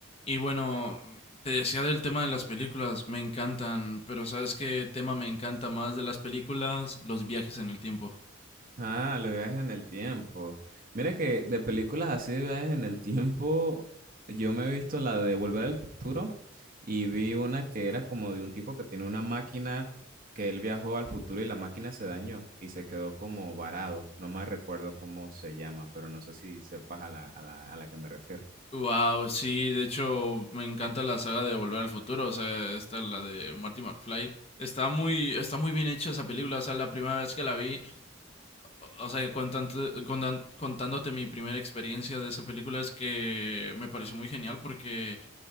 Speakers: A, on the left; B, on the right.
A: Y bueno, te decía del tema de las películas, me encantan, pero ¿sabes qué tema me encanta más de las películas? Los viajes en el tiempo.
B: Ah, los viajes en el tiempo. Mira que de películas así de viajes en el tiempo, yo me he visto la de Volver al Futuro y vi una que era como de un tipo que tiene una máquina que él viajó al futuro y la máquina se dañó y se quedó como varado. No más recuerdo cómo se llama, pero no sé si sepas a la, a la, a la que me refiero.
A: Wow, sí, de hecho me encanta la saga de Volver al Futuro, o sea, esta la de Marty McFly. Está muy, está muy bien hecha esa película, o sea, la primera vez que la vi, o o sea, contante- contan- contándote mi primera experiencia de esa película es que me pareció muy genial porque